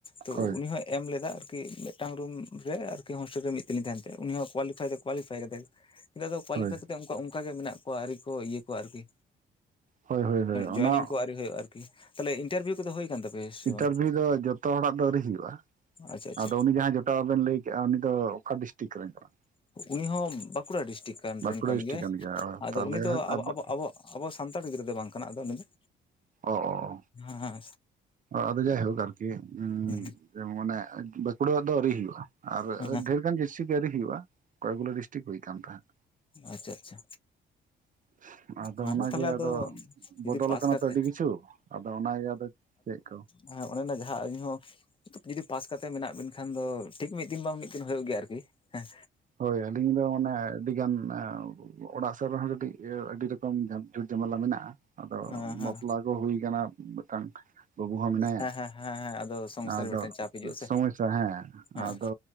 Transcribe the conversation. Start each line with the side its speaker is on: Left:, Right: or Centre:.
Left: ᱛᱚ
Right: ᱦᱳᱭ
Left: ᱩᱱᱤ ᱦᱚᱸ ᱮᱢ ᱞᱮᱫᱟ ᱟᱨᱠᱤ, ᱢᱤᱫᱴᱟᱝ ᱨᱩᱢ ᱨᱮ ᱟᱨᱠᱤ ᱦᱳᱥᱴᱮᱞ ᱨᱮ ᱢᱤᱫ ᱛᱮᱞᱤᱧ ᱛᱟᱦᱮᱱ ᱛᱮ ᱩᱱᱤ ᱦᱚᱸ ᱠᱳᱣᱟᱞᱤᱯᱷᱟᱭ ᱫᱚ ᱠᱳᱣᱟᱞᱤᱯᱷᱟᱭ ᱠᱟᱫᱟᱭ, ᱱᱮᱛᱟᱨ ᱫᱚ ᱠᱳᱣᱟᱞᱤᱯᱷᱟᱭ
Right: ᱦᱳᱭ
Left: ᱠᱟᱛᱮᱜ ᱚᱱᱠᱟᱜ ᱜᱮ ᱢᱮᱱᱟᱜ ᱠᱚᱣᱟ ᱟᱹᱣᱨᱤ ᱠᱚ ᱤᱭᱟᱹ ᱠᱚᱣᱟ ᱟᱨᱠᱤ᱾
Right: ᱦᱳᱭ ᱦᱳᱭ ᱦᱳᱭ
Left: ᱡᱚᱭᱮᱱᱤᱝ
Right: ᱚᱱᱟ
Left: ᱠᱚ ᱟᱨᱣᱨᱤ ᱦᱩᱭᱩᱜᱼᱟ ᱟᱨᱠᱤ, ᱛᱟᱞᱦᱮ ᱤᱱᱴᱟᱨᱵᱷᱤᱭᱩ ᱠᱚᱫᱚ ᱦᱩᱭ ᱠᱟᱱ ᱛᱟᱯᱮᱭᱟ ᱥᱮ
Right: ᱤᱱᱴᱟᱨᱵᱷᱤᱭᱩ
Left: ᱵᱟᱝ
Right: ᱫᱚ ᱡᱚᱛᱚ ᱦᱚᱲᱟᱜ ᱫᱚ ᱟᱹᱣᱨᱤ ᱦᱩᱭᱩᱜᱼᱟ,
Left: ᱟᱪᱪᱷᱟ ᱟᱪᱪᱷᱟ
Right: ᱟᱫᱚ ᱩᱱᱤ ᱡᱟᱦᱟᱸ ᱡᱚᱴᱟᱣ ᱵᱮᱱ ᱞᱟᱹᱭ ᱠᱮᱫᱼᱟ ᱩᱱᱤ ᱫᱚ ᱚᱠᱟ ᱰᱤᱥᱴᱤᱠ ᱨᱮᱱ ᱠᱟᱱᱟ <unintelligible>
Left: ᱩᱱᱤ ᱦᱚᱸ ᱵᱟᱸᱠᱩᱲᱟ ᱰᱤᱥᱴᱤᱠ ᱠᱟᱱ
Right: ᱵᱟᱸᱠᱩᱲᱟ
Left: ᱨᱮᱱ ᱠᱟᱱ
Right: ᱰᱤᱥᱴᱤᱠ
Left: ᱜᱮᱭᱟᱭ,
Right: ᱜᱮᱭᱟ
Left: ᱟᱫᱚ
Right: ᱛᱟᱦᱚᱞᱮ
Left: ᱩᱱᱤ ᱫᱚ ᱟᱵᱚ-ᱟᱵᱚ-
Right: ᱟᱵᱚ
Left: ᱟᱵᱚᱣᱟᱜ ᱟᱵᱚ ᱥᱟᱱᱛᱟᱲ ᱜᱤᱫᱽᱨᱟᱹ ᱫᱚᱭ ᱵᱟᱝ ᱠᱟᱱᱟ ᱟᱫᱚ ᱩᱱᱤ ᱫᱚ,
Right: ᱚ ᱚ
Left: ᱦᱮᱸ
Right: ᱟᱫᱚ ᱡᱟᱭ ᱦᱳᱠ ᱟᱨᱠᱤ᱾
Left: ᱦᱮᱸ
Right: ᱡᱮ ᱢᱟᱱᱮ ᱵᱟᱸᱠᱩᱲᱟ <unintelligible> ᱫᱚ ᱟᱹᱣᱨᱤ ᱦᱩᱭᱩᱜᱼᱟ᱾ᱟᱨ
Left: ᱦᱮᱸ ᱦᱮᱸ
Right: ᱰᱷᱮᱨ ᱜᱟᱱ ᱤᱥ ᱠᱤ ᱟᱹᱣᱨᱤ ᱦᱩᱭᱩᱜᱼᱟ ᱠᱚᱭᱮᱜ ᱜᱩᱞᱟ ᱰᱤᱥᱴᱤᱠ ᱦᱩᱭ ᱟᱠᱟᱱ ᱛᱟᱦᱮᱸᱫ᱾
Left: ᱟᱪᱪᱷᱟ ᱟᱪᱪᱷᱟ᱾
Right: <inaudible> ᱟᱫᱚ
Left: ᱦᱮᱸ
Right: ᱚᱱᱟᱜᱮ
Left: ᱛᱟᱦᱚᱞᱮ
Right: ᱟᱫᱚ
Left: ᱡᱩᱫᱤ
Right: ᱵᱚᱫᱚᱞ
Left: ᱯᱟᱥ
Right: ᱟᱠᱟᱱᱟ
Left: ᱠᱟᱛᱮᱫ
Right: ᱛᱚ ᱟᱹᱰᱤ ᱠᱤᱪᱷᱩ ᱟᱫᱚ ᱚᱱᱟᱜᱮ ᱟᱫᱚ ᱪᱮᱫ ᱠᱚ?
Left: ᱦᱮ, ᱸ ᱚᱱᱮ ᱚᱱᱟ ᱡᱟᱦᱟᱸ ᱤᱧ ᱦᱚᱸ ᱡᱩᱫᱤ ᱯᱟᱥ ᱠᱟᱛᱮᱫ ᱢᱮᱱᱟᱜ ᱵᱤᱱ ᱠᱷᱟᱱ ᱫᱚ ᱴᱷᱤᱠ ᱢᱤᱫ ᱫᱤᱱ ᱵᱟᱝ ᱢᱤᱫ ᱫᱤᱱ ᱦᱩᱭᱩᱜ ᱜᱮᱭᱟ ᱟᱨᱠᱤ ᱦᱮᱸ᱾
Right: ᱦᱳᱭ ᱟᱹᱞᱤᱧ ᱫᱚ ᱢᱟᱱᱮ ᱟᱹᱰᱤ ᱜᱟᱱ ᱚᱲᱟᱜ ᱥᱮᱫ ᱨᱮᱦᱚᱸ ᱟᱹᱰᱤ ᱟᱹᱰᱤ ᱨᱚᱠᱚᱢ ᱡᱷᱩᱴ ᱡᱷᱟᱢᱮᱞᱟ ᱢᱮᱱᱟᱜᱼᱟ᱾ ᱟᱫᱚ
Left: ᱦᱮᱸ ᱦᱮᱸ
Right: ᱵᱟᱯᱞᱟ ᱠᱚ ᱦᱩᱭ ᱟᱠᱟᱱᱟ ᱢᱤᱫᱴᱟᱝ ᱵᱟᱹᱵᱩ ᱦᱚᱸ ᱢᱮᱱᱟᱭᱟ᱾
Left: ᱦᱮᱸ ᱦᱮᱸ ᱦᱮᱸ ᱟᱫᱚ ᱥᱚᱝᱥᱟᱨ
Right: ᱟᱫᱚ
Left: ᱨᱮ ᱢᱤᱫᱴᱟᱝ ᱪᱟᱯ ᱦᱤᱡᱩᱜᱼᱟ ᱥᱮ
Right: ᱥᱚᱢᱚᱭᱥᱟ ᱦᱮᱸ
Left: ᱦᱮᱸ
Right: ᱟᱫᱚ